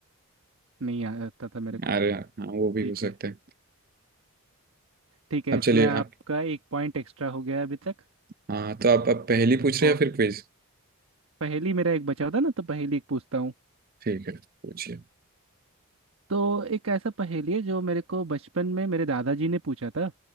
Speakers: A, on the right (about 70°); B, on the right (about 45°).
A: नहीं आता था मेरे को
B: अरे हाँ वो भी
A: ठीक
B: हो
A: है
B: सकते हैं
A: ठीक है
B: अब
A: इसमें
B: चलिए
A: आपका
B: आप
A: एक पॉइंट एक्स्ट्रा हो गया अभी तक
B: हाँ तो आप अब पहेली पूछ रहे
A: और
B: हैं या फिर क्विज
A: पहेली मेरा एक बचा था ना तो पहेली एक पूछता हूँ
B: ठीक है पूछिए
A: तो एक ऐसा पहेली है जो मेरे को बचपन में मेरे दादाजी ने पूछा था